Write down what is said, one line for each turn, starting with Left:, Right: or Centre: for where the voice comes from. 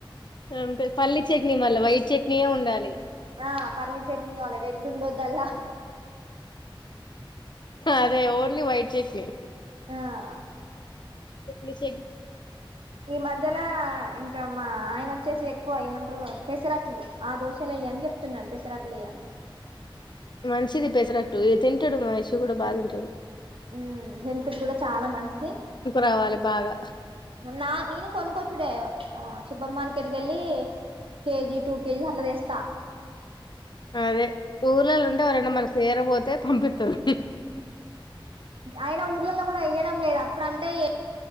Left: అంతే పల్లి చట్నీ మళ్ళ వైట్ చట్నీయే ఉండాలి
Right: ఆ పల్లీ చట్నీ కాలే రెడ్ ఉండద్దు అల్ల
Left: అదే ఓన్లీ వైట్ చట్నీ
Right: ఆమ్
Left: చట్నీ చే
Right: ఈ మధ్యలా ఇం కా మా ఆయన వచ్చేసి ఎక్కువ ఏమంటారు పెసరట్లు ఆ దోషాలేయ్ అని చెప్తున్నాడు పెసరట్లేయి అని
Left: మంచిది పెసరట్టు ఎ తింటాడు మా ఐషూ కూడా బా తింటడు
Right: మ్మ్ హెల్త్ కూడా చాలా మంచిది
Left: రావాలి బాగా
Right: నా నేను కొనుక్కొచ్చుడే ఆ సూపర్ మార్కెట్ కేల్లి కేజీ టూ కేజిస్ అట్లతేస్తా
Left: అదే ఊర్లల ఉంటే ఎవరైనా మనం చేరబోతే పంపితరు
Right: అయన ఊర్లల కూడా ఇయ్యడం లేదు అప్పుడు అంటే